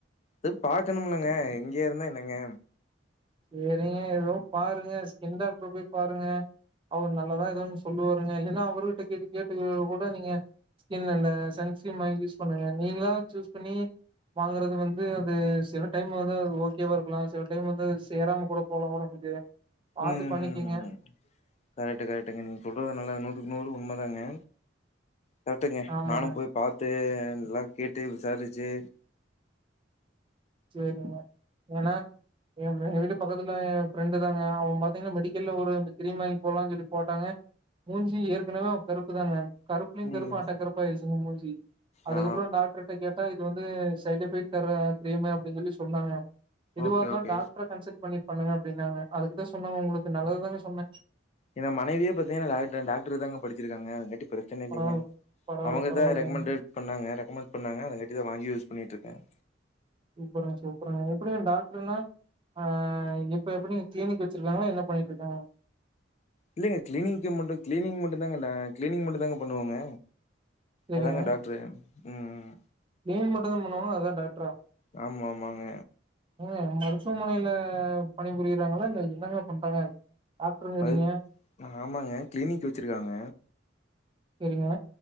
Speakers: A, on the left; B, on the right.
A: இது பாக்கணுமுல்லங்க இங்கேயே இருந்தா என்னங்க
B: சேரிங்க எதுவு பாருங்க ஸ்கின் டாக்டர போய் பாருங்க அவரு நல்லதா எதோ ஒன்னு சொல்லுவாருங்க இல்லன்னா அவரணுகிட்ட கேட்டு கேட்டு கூட நீங்க ஸ்கின் அந்த சன்ஸ்கிரீம் வாங்கி யூஸ் பண்ணுங்க நீங்களாம் சூஸ் பண்ணி வாங்குறது வந்து அது சில டைம் வந்து அது ஓகேவா இருக்கலா சில டைம் வந்து ஸ் சேராம கூட போகலா ஒடம்புக்கு பாத்து
A: ம்
B: பண்ணிக்கங்க
A: ம் ம் கரெக்ட் கரெக்டங்க நீங்க சொல்றத நல்லா நூத்துக்கு நூறு உண் உண்மதாங்க கரெக்டுங்க
B: ஆமாங்க
A: நானு போய் பாத்து நல்லா கேட்டு விசாரிச்சு
B: செரிங்க ஏன்னா ஏம எ வீட்டு பக்கத்துல ஏ ஃப்ரெண்டு தாங்க அவே பாத்தீங்கன்னா மெடிக்கல்ல ஒரு கிரீம் வாங்கி போடலானு சொல்லி போட்டாங்க மூஞ்சி ஏற்கனவே அவே கருப்பு தாங்க கருப்புலயு
A: ம்
B: கருப்பு ஆட்டா கருப்பாயிடுச்சுங்க மூஞ்சி அதுக்கப்பறோ
A: ஆ
B: டாக்டர்கிட்ட கேட்டா இது வந்து சைட் எஃபெக்ட் தர்ற புரியுமே அப்டின் சொல்லி சொன்னாங்க எதுவா
A: ஓகே
B: இருந்தாலு
A: ஓகே
B: டாக்டர கன்சல்ட் பண்ணி பண்ணுங்க அப்டினாங்க அதுக்குதா சொன்னாங்க உங்களுக்கு நல்லதுதாங்க சொன்ன
A: என மனைவியே பாத்திங்கனா டாக்டர் டாக்டர் தாங்க படிச்சிருக்காங்க மெடி பிரச்சனை இல்லைங்க
B: பரவால்ல பரவால்ல
A: அவங்கதா
B: பரவால்லைங்க
A: ரெக்கமண்டட் பண்ணங்க ரெக்கமெண்ட் பண்ணாங்க அதுங்காட்டிதா வாங்கி யூஸ் பண்ணிட்ரு ங்க
B: சூப்பருங்க சூப்பருங்க எப்படிங்க டாக்டருனா ஆ இப்ப எப்படிங்க கிளினிக் வெச்சிருக்காங்ளா என்ன பண்ணிட்ருக்காங்க
A: இல்லைங்க கிளீனிங்க் மட்டு கிளீனிங் மட்டுந்தாங்க ந கிளீனிங் மட்டுந்தாங்க பண்ணுவாங்க
B: சேரிங்க
A: அதாங்க டாக்டரு ம் ம்
B: கிளீன் மட்டுந்தா பண்ணுவாங்க அதா டாக்டரா
A: ஆமா ஆமாங்க
B: ஏங்க மருத்துவமனையில பணிபுரியறாங்களா இல்ல என்னங்க பண்றாங்க டாக்டருங்கிறீங்க
A: மருத் ஆமாங்க கிளினிக் வெச்சிருக்காங்க
B: செரிங்க